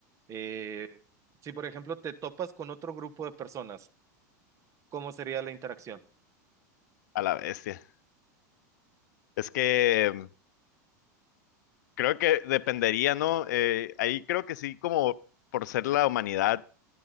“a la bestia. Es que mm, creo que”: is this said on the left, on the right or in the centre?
Left